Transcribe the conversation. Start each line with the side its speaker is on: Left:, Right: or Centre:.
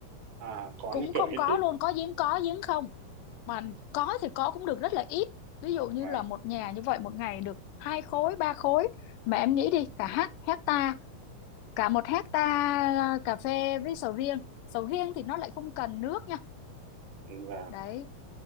Right: à có
Left: cũng
Right: như
Left: không
Right: kiểu ít
Left: có
Right: ít
Left: luôn có giếng có giếng không mà có thì có cũng được rất là ít ví dụ như
Right: và
Left: là một nhà như vậy một ngày được hai khối ba khối mà em nghĩ đi cả hát hecta cả một hecta cà phê với sầu riêng sầu riêng thì nó lại không cần nước nha
Right: và
Left: đấy